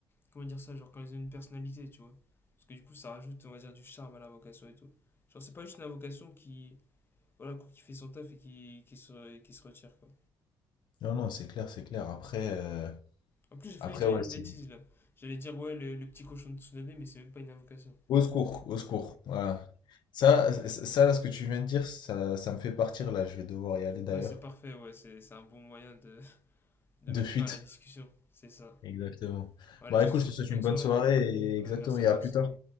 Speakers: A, on the left (about 25°); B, on the left (about 60°).
A: Comment dire ça Genre quand ils ont une personnalité, tu vois. Parce que du coup, ça rajoute, on va dire, du charme à la vocation et tout. Genre, c'est pas juste une vocation qui. Voilà, quoi, qui fait son taf et qui, qui, se, qui se retire, quoi.
B: Non, non, c'est clair, c'est clair. Après, euh,
A: En plus, j'ai failli
B: après
A: dire
B: ouais,
A: une
B: c'est...
A: bêtise là. J'allais dire, ouais, le, le petit cochon de Tsunade, mais c'est même pas une invocation.
B: Au secours, au secours. Voilà. Ça, ça, ça, là, ce que tu viens de dire, ça, ça me fait partir, là. Je vais devoir y aller, d'ailleurs.
A: Bah, c'est parfait, ouais, c'est c'est un bon moyen de, de
B: De
A: mettre
B: fuite.
A: fin à la discussion. C'est ça.
B: Exactement.
A: Bon, allez,
B: Bah,
A: je
B: écoute,
A: te souhaite
B: je te souhaite
A: une bonne
B: une
A: soirée.
B: bonne soirée
A: hein.
B: et
A: Ouais,
B: exactement,
A: merci
B: et
A: à toi
B: à plus
A: aussi.
B: tard.